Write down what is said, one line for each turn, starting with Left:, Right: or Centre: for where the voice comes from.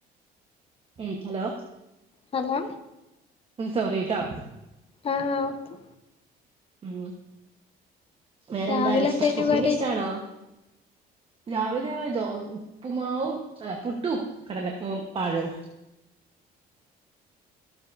Right: ഏ ഹലോ
Left: ഹലോ
Right: മ് സോറിട്ടോ
Left: ആഹ് ഓക്കേ
Right: ഉം വേറെന്താ
Left: രാവിലെ
Right: ഇഷ്ടം
Left: എന്തേനു
Right: കുക്കിംഗ്‌
Left: കടി
Right: ഇഷ്ടാണോ രാവിലെ ദോ ഉപ്പുമാവും ഹേ പുട്ടും കടല പഴൊം